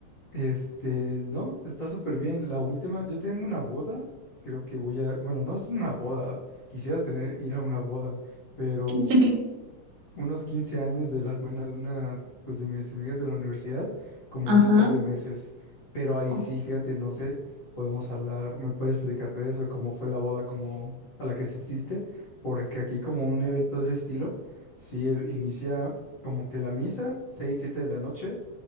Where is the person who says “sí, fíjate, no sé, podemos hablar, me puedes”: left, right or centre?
Left